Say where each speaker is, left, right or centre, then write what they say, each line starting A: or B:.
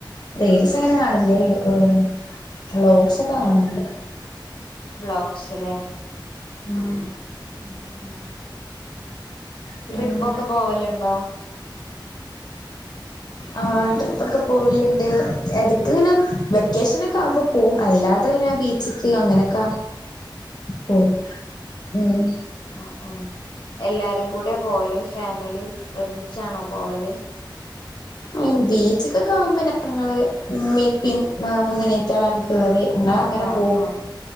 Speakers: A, on the left; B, on the left.
A: റീൽസ് അങ്ങനെ കാണ് ണില്ല വ്ളോഗ്സ് ഒക്കെ കാണേണ്ട്
B: ബ്ലോക്സിലെ
A: ആഹ്
B: ഉം ഉം
A: പിന്നെ
B: ട്രിപ്പ് ഒക്കെ പോവല്ണ്ടോ
A: അ ആഹ് ട്രിപ്പ് ഒക്കെ പോവല്ണ്ട്. എടക്ക് ഇങ്ങനെ വെക്കേഷനൊക്കെ ആവുമ്പോ പോവും അല്ലാതെ ഇനെ ബീച്ച്ക്ക് അങ്ങനൊക്ക പോവും ഉം
B: അഹ് ആഹ് എല്ലാരും കൂടെ പോവല്. ഫാമിലി ഒരുമിച്ചാണോ പോവല്
A: അങ്ങനെ ബീച്ച്ക്കെക്കെ ആവുമ്പോ ഞങ്ങള് ഇമ്മീ ഇപ്പി മുന്നനിയത്ത്യേളാ ഇൻക്ക് ഇള്ളത്. അങ്ങള്
B: ആഹ്
A: അങ്ങനെ
B: ആഹ്
A: പോവും.
B: ആഹ്